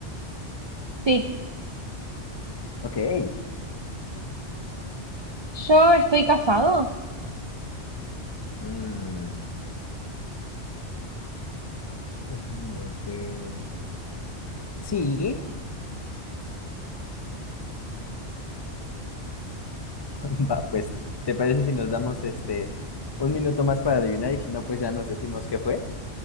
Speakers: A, on the right; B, on the left.
A: Sí.
B: Ok.
A: ¿Yo estoy casado?
B: Mm, déjame ver. Sí, <laughs> va, pues, ¿te parece si nos damos este un minuto más para adivinar y si no, pues ya nos decimos qué fue?